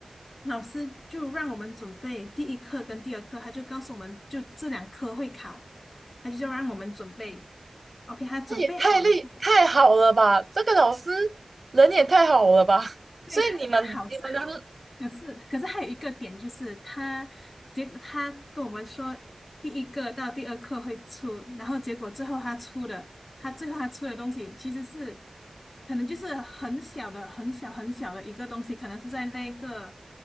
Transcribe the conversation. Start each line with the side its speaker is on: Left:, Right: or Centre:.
Left: 老师就让我们准备第一课跟第二课，他就告诉我们就这两科会考，他就叫让我们准备。OK，他准备好了后。
Right: 那也太厉太好了吧！这个老师人也太好了吧！<laughs>
Left: 对，
Right: 所以你们你们的
Left: 他，他好是好，可是可是还有一个点就是他，结果他跟我们说第一个到第二课会出，然后结果最后他出的，他最后他出的东西其实是可能就是很小的、很小、很小的一个东西，可能是在那个